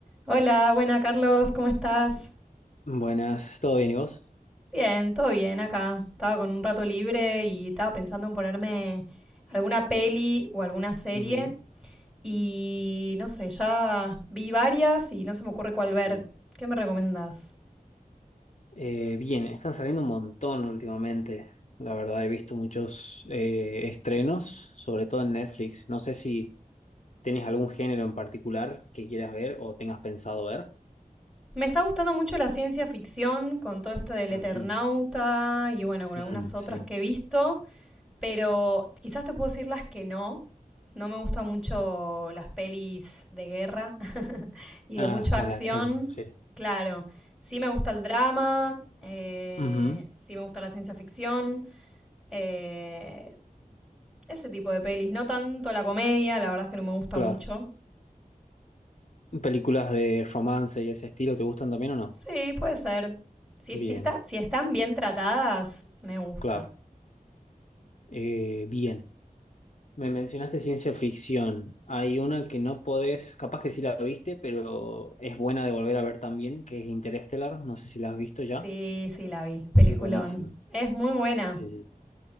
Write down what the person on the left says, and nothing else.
Buenas, ¿todo bien y vos?
Ujú,
Sí.
Eh, bien, están saliendo un montón últimamente. La verdad, he visto muchos eh, estrenos, sobre todo en Netflix. No sé si tenés algún género en particular que quieras ver o tengas pensado ver.
Ah,
bien.
Mm,
sí.
Ah,
las
de acción, sí.
Ujú,
claro.
Mm. ¿Películas de romance y ese estilo te gustan también o no?
Bien,
claro. Eh, bien. Me mencionaste ciencia ficción. Hay una que no podés, capaz que sí la viste, pero es buena de volver a ver también, que es Interestelar. No sé si la has visto ya.
Sí, es buenísima.
Sí, sí.